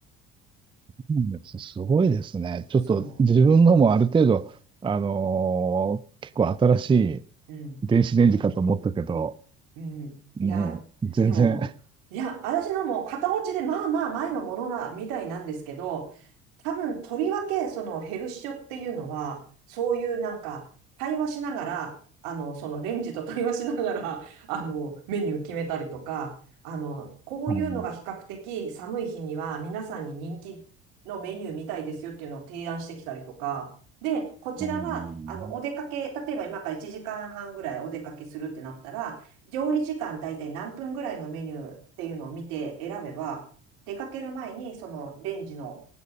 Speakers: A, on the right (about 15°); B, on the right (about 80°).
A: うなんですすごいですね。ちょっと自分のもある程度、
B: そ
A: あのー結構新しい
B: う。うん。
A: 電子レンジかと思ったけど、
B: うん。
A: もう全然、
B: いや、でも、いや、私のも片落ちで、まあまあ前のものな、みたいなんですけど、多分、とりわけ、そのヘルシオっていうのは、そういうなんか、対話しながら、あの、そのレンジと対話しながら、あの、メニュー決めたりとか、あの、こういうのが比較的寒い日には皆さんに人気のメニューみたいですよっていうのを提案してきたりとか、
A: あのー
B: で、こちらは、
A: あのー
B: あの、お出かけ、例えば今から1時間半ぐらいお出かけするってなったら、料理時間大体何分ぐらいのメニューっていうのを見て選べば、出かける前にそのレンジの